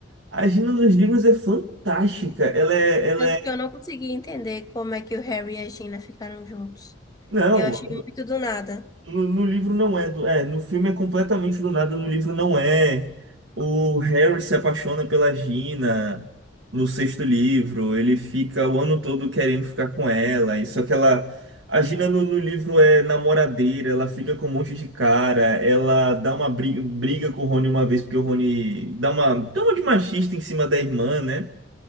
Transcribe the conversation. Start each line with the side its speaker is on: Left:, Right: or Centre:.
Right: A Gina dos livros é fantástica, ela é, ela
Left: Tanto
Right: é...
Left: que eu não consegui entender como é que o Harry e a Gina ficaram juntos.
Right: Não,
Left: Eu achei muito do nada.
Right: No, no livro não é, do, é, no filme é completamente do nada, no livro não é. O Harry se apaixona pela Gina no sexto livro, ele fica o ano todo querendo ficar com ela, e só que ela. A Gina no, no livro é namoradeira, ela fica com um monte de cara, ela dá uma briga, briga com o Rony uma vez, porque o Rony dá uma toma de machista em cima da irmã, né?